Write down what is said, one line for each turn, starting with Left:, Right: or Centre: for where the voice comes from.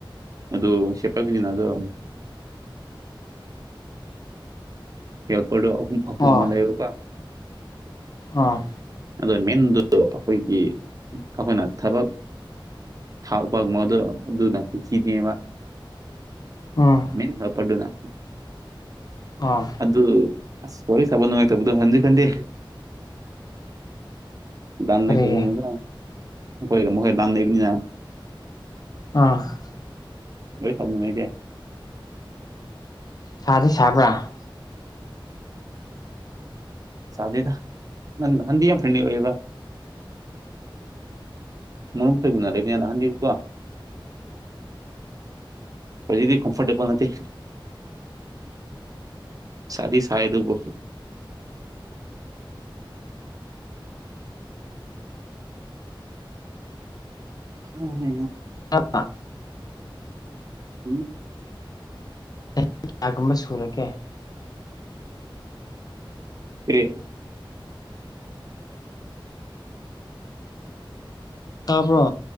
Right: ꯑꯗꯨꯗ ꯁꯦꯄꯒꯅꯤꯅꯗꯣ ꯍꯦ ꯄꯣ ꯑꯍꯨꯝ ꯑꯍꯨꯝ
Left: ꯑꯣ
Right: ꯑꯃ ꯂꯩꯔꯒ
Left: ꯑꯣꯥ
Right: ꯑ ꯃꯦꯟꯗꯨ ꯑꯩꯈꯣꯏꯒꯤ ꯑꯩꯈꯣꯏꯅ ꯊꯕꯛ ꯊꯄ ꯑꯗꯨꯅ ꯀꯨꯀꯤꯅꯦꯕ
Left: ꯎꯝ
Right: ꯃꯤꯅꯤ ꯍ ꯄꯗꯨꯨꯅ
Left: ꯑꯣ
Right: ꯑꯗꯨꯗ ꯑꯁ ꯁꯣꯔꯤ ꯆꯕ ꯅꯨꯡꯉꯥꯏ ꯇꯧꯕꯗ ꯍꯟꯗꯤ ꯈꯟꯗꯦ ꯥꯟꯅ
Left: ꯀꯔꯤꯒꯤ
Right: ꯈꯦꯅꯤꯅꯗ ꯣꯏꯒ ꯃꯈ ꯍꯩ ꯂꯥꯟ ꯂꯩ ꯄꯅꯤ ꯅ
Left: ꯑ
Right: ꯍꯣꯏ ꯁꯥꯎꯅꯤꯡꯉꯥꯏꯗꯤꯦ
Left: ꯁꯥꯗꯤ ꯁꯥꯕ꯭ꯔꯥ
Right: ꯁꯥꯗꯦꯗ ꯅ ꯍꯗꯤꯌꯥ ꯐꯅꯤ ꯑꯣꯏꯕ ꯃꯔꯨꯝ ꯈꯣꯏꯒꯨꯝꯅ ꯂꯩꯕꯅ ꯅꯍꯥꯟꯗꯤꯀꯣ ꯍꯧꯖꯤꯛꯇꯗꯤ ꯀꯝꯐꯣꯔꯇꯦꯕꯜ ꯅꯠꯇꯦ ꯁꯥꯗꯤ ꯁꯥꯏ ꯑꯗꯨꯕꯨ ꯎ ꯍ
Left: ꯑ
Right: ꯎꯝ
Left: ꯑꯩ ꯀꯌꯥꯒꯨꯝꯕ ꯁꯨꯔꯒꯦ
Right: ꯇꯦ
Left: ꯇꯥꯄ꯭ꯔꯣ